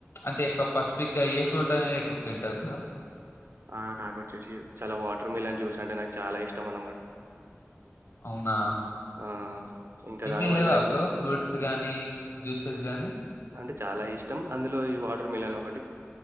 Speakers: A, on the left (about 60°); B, on the right (about 55°).
A: అంటే ఎక్కువ పసిఫిక్ గా ఏ ఫ్రూట్ అనేది ఎక్కువ తింటార్ బ్రో
B: ఆ నాకొచ్చేసి చాలా వాటర్ మిలన్ జుస్ అంటే నాకు చాలా ఇష్టం అన్నమాట
A: అవునా
B: ఆ ఇంకా
A: ఇంకేం
B: దానివల్ల
A: లేవా బ్రో ఫ్రూట్స్ గానీ జ్యూసెస్ గానీ
B: అంటే చాలా ఇష్టం అందులో ఈ వాటర్ మిలన్ ఒకటి